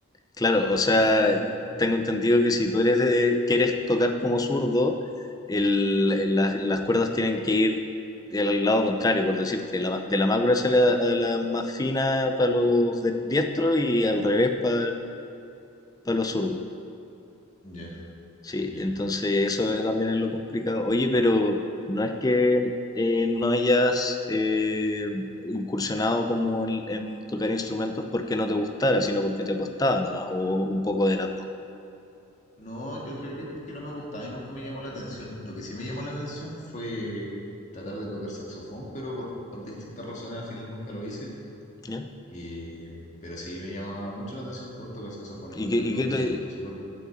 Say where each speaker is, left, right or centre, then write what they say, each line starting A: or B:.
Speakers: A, on the left (about 20°); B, on the left (about 35°).
A: Claro, o
B: si
A: sea,
B: es que no me equivoco.
A: tengo entendido que si tú eres de- quieres tocar como zurdo, el- el- las, las cuerdas tienen que ir al lado contrario, por decirte, la ma- de la más gruesa a la, a la más fina para los de- diestros y al revés para, para los zurdos.
B: Ya,
A: Sí,
B: ya.
A: entonces eso es- también es lo complicado. Oye, pero no es que eh, no hayas eh, incursionado como en, en tocar instrumentos porque no te gustara, sino porque te costaba nomás, o un poco de las dos.
B: No, yo creo que es porque no me gustaba y nunca me llamó la atención. Lo que sí me llamó la atención fue tratar de tocar saxofón, pero por, por distintas razones al final nunca lo hice.
A: ¿ya?
B: Y- pero sí me llamaba mucho la atención poder tocar saxofón. Encuentro
A: ¿Y qué, y
B: que es
A: qué
B: un instrumento
A: te,
B: súper,